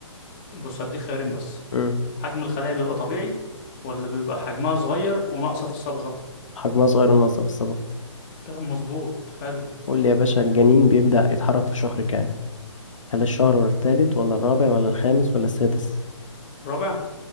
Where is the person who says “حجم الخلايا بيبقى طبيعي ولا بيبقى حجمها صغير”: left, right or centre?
Left